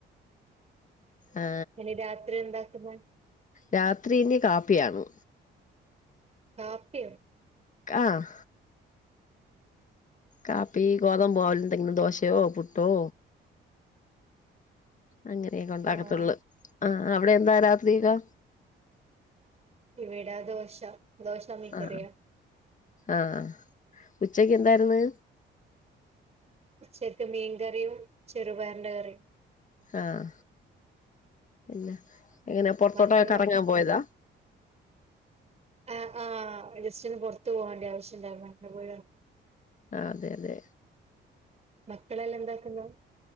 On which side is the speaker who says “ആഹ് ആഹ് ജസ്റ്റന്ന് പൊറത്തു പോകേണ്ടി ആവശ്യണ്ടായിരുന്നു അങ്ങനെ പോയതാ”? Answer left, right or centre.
Right